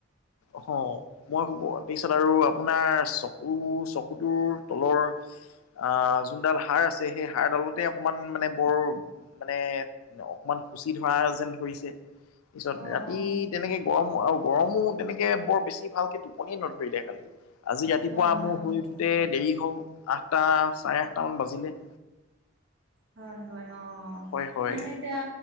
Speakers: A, on the left (about 85°); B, on the right (about 65°).
A: অ', মই শুব পিছত আৰু আপোনাৰ চকু চকুটোৰ তলৰ আ, যোনডাল হাড় আছে সেই হাড়ডালতে অকণমান মানে বৰ মানে অকমান শুচি ধৰা যেন ধৰিছে পিছত
B: অ
A: ৰাতি
B: অ
A: তেনেকে গৰম আৰু গৰমো তেনেকে বৰ বেছি ভালকে টোপনি নধৰিলে কালি। আজি ৰাতিপুৱা
B: হয় হয়
A: মোৰ শুই উঠোতে
B: অ
A: দেৰি হল আঠটা চাৰে আঠটা মান বাজিলে।
B: হয়, হয় অ',
A: হয় হয়
B: মানে এতিয়া